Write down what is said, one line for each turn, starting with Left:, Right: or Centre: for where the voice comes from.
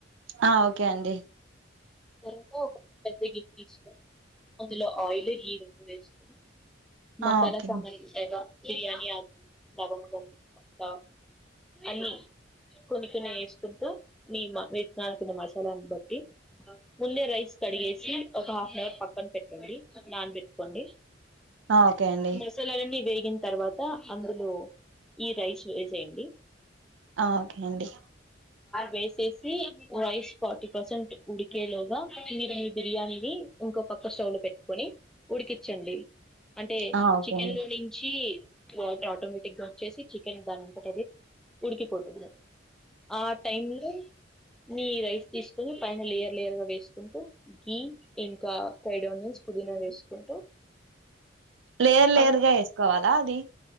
Right: ఆ ఓకే అండి.
Centre: ఎంతో ఒక పెద్ద గిన్నె తీసుకొ అందులో ఆయిల్ గీ రొండు వెసుకొ మసాల
Right: ఆ ఓకే
Centre: సామాన్లు
Right: అండి
Centre: ఉంటాయిగా బిర్యానీ ఆకు లవంగం పట్టా అన్ని కొన్ని కొన్ని ఏసుకుంటూ నీ మ వె కావాల్సిన మసాలాను బట్టి ముందె రైస్ కడిగేసి ఒక హాఫ్ నవర్ పక్కన పెట్టండి నానబెట్ కొండి
Right: ఆ ఓకే అండి
Centre: మసాలాలన్నీ వేగిన్ తర్వాత అందులో ఈ రైస్ వేసేయండి.
Right: ఆ ఓకే అండి.
Centre: వేసేసి రైస్ ఫార్టీ పర్సెంట్ ఉడికేలోగా మీరు మీ బిర్యానీని ఇంకో పక్క స్టవ్ లో పెట్టుకొని ఉడికిచ్చండి అంటే
Right: ఆ ఓకే
Centre: చికెన్
Right: అండి
Centre: లో నుంచి వాటర్ ఆటోమేటిక్గా చేసి చికెన్ దానంతట అదే ఉడికిపోతుంది ఆ టైం లో నీ రైస్ తీసుకొని పైన లేయర్ లేయర్ గా వేసుకుంటూ గీ ఇంకా ఫ్రైడ్ ఆనియన్స్, పుదీనా వేసుకుంటూ
Right: లేయర్ లేయర్గా
Centre: అలా
Right: వేసుకోవాలా అది